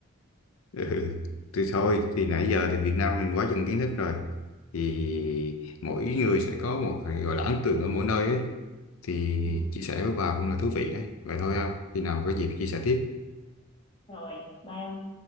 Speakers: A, on the left; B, on the left.
A: Ừ. ừ. Thì thôi thì nãy giờ thì Việt Nam mình quá chừng kiến thức rồi thì mỗi người sẽ có một cái gọi là ấn tượng ở mỗi nơi ấy thì
B: Ừ,
A: chia sẻ với bà cũng là thú vị đấy vậy thôi ha khi nào có dịp chia sẻ tiếp
B: rồi, bye ông.